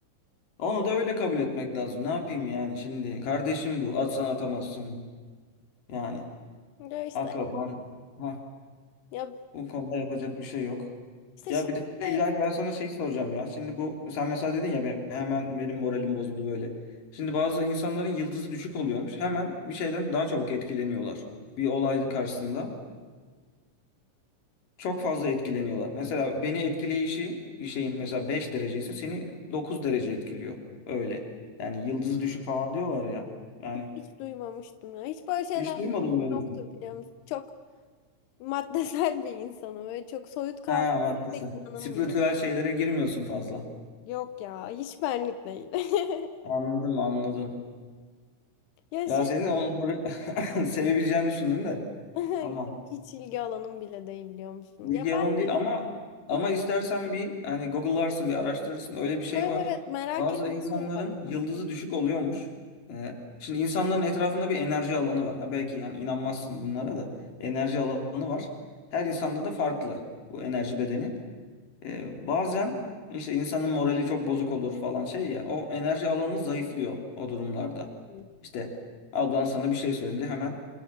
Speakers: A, on the left; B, on the left.
A: onu da öyle kabul etmek lazım. Ne yapayım yani şimdi? Kardeşim bu. Atsan atamazsın. Yani
B: Ya işte
A: akraban. Ha,
B: Ya
A: bu konuda yapacak bir şey yok.
B: işte
A: Ya
B: şimdi
A: bir de
B: de
A: İlayda ben sana şey soracağım ya. Şimdi bu sen mesela dedin ya ben, hemen benim moralim bozuldu böyle. Şimdi bazı insanların yıldızı düşük oluyormuş. Hemen bir şeyden daha çabuk etkileniyorlar. Bir olay karşısında çok fazla etkileniyorlar. Mesela beni etkileyişi bir şeyin mesela 5 derece ise seni 9 derece etkiliyor. Öyle. Yani yıldızı düşük falan diyorlar ya. Yani
B: hiç duymamıştım ya. Hiç böyle şeyler
A: hiç duymadım böyle
B: yoktur
A: bir şey.
B: biliyor musun? Çok maddesel bir insanım. Böyle çok soyut kavramlara
A: Ha maddesi.
B: pek inanamıyorum.
A: Spiritüel şeylere girmiyorsun fazla.
B: Yok ya hiç benlik değil. <laughs>
A: Anladım anladım.
B: Ya
A: Ya
B: şey
A: senin onları <laughs> sevebileceğini düşündüm de.
B: <laughs>
A: Tamam.
B: yok hiç ilgi alanım bile değil biliyor musun?
A: Bilgi
B: Ya
A: yalan
B: ben
A: değil ama ama
B: Hı,
A: istersen bir hani Google'larsın bir araştırırsın öyle bir şey
B: evet
A: var.
B: evet merak
A: Bazı
B: ettim
A: insanların
B: bu arada.
A: yıldızı düşük oluyormuş. Ee, şimdi insanların etrafında bir enerji alanı var. Ha belki yani inanmazsın bunlara da. Enerji alanı var. Her insanda da farklı bu enerji bedeni. Ee, bazen işte insanın morali çok bozuk olur falan şey ya o enerji alanı zayıflıyor o durumlarda.
B: Hı.
A: İşte ablan sana bir şey söyledi hemen